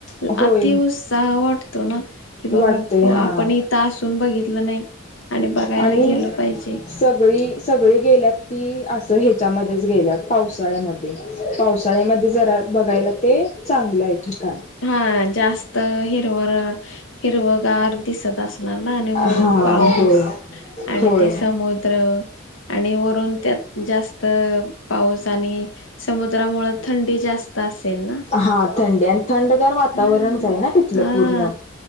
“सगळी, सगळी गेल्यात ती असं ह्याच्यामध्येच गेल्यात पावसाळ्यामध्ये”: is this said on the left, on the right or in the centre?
Left